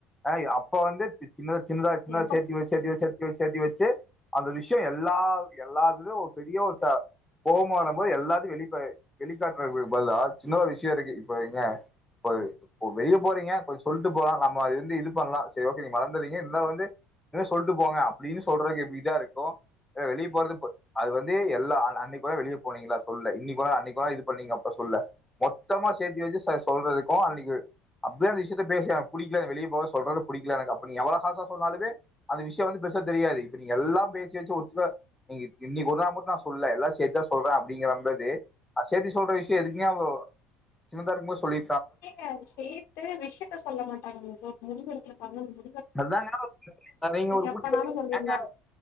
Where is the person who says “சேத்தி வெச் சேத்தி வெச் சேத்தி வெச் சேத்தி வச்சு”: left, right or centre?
Centre